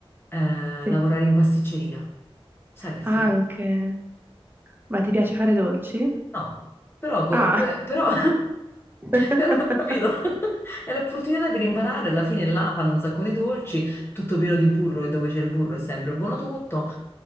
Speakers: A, on the left; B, on the right.
A: Eh,
B: Sì,
A: lavorare in pasticceria. Sai che fi...
B: anche. Ma ti piace fare dolci?
A: No, però, co-
B: Ah,
A: pe- però, <laughs>
B: <laughs>
A: però, capito? <laughs> È l'opportunità per imparare, alla fine là fanno un sacco di dolci, tutto pieno di burro e dove c'è il burro è sempre buono tutto.